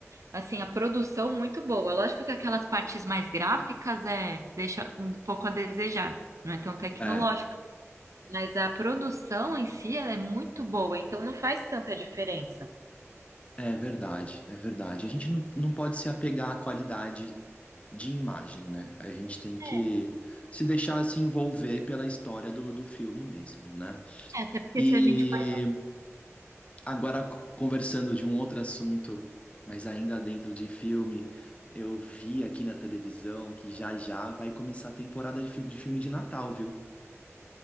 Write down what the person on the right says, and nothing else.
Assim, a produção muito boa. Lógico que aquelas partes mais gráficas é deixa um pouco a desejar. Não é tão tecnológico
mas a produção em si, ela é muito boa, então não faz tanta diferença.
É,
até porque
se a gente for.